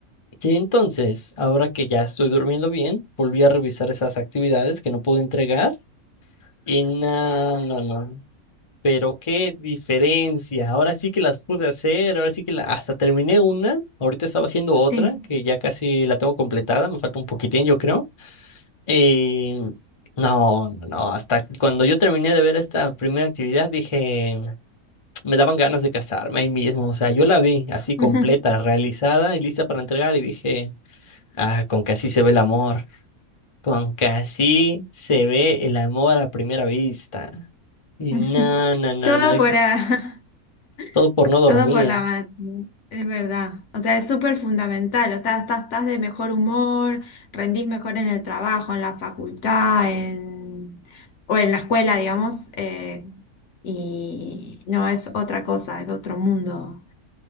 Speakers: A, on the left (about 35°); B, on the left (about 60°).
A: Sí, entonces, ahora que ya estoy durmiendo bien, volví a revisar esas actividades que no pude entregar y no, no, no. Pero qué diferencia. Ahora sí que las pude hacer, ahora sí que la- hasta terminé una. Ahorita estaba haciendo otra
B: sí.
A: que ya casi la tengo completada, me falta un poquitín, yo creo. Eh, no, no, no. Hasta cuando yo terminé de ver esta primera actividad, dije, me daban ganas de casarme ahí mismo. O sea, yo la vi así completa,
B: ujú,
A: realizada y lista para entregar y dije... Ah, con que así se ve el amor. Con que así se ve el amor a primera vista. Y
B: ujú.
A: no, no, no,
B: Todo
A: no. y
B: por la,
A: Todo
B: <laughs>
A: por no dormir.
B: todo por la, ma- es verdad. O sea, es súper fundamental. O sea, estás, estás de mejor humor, rendís mejor en el trabajo, en la facultad, en, o en la escuela, digamos. eh, y no es otra cosa, es otro mundo.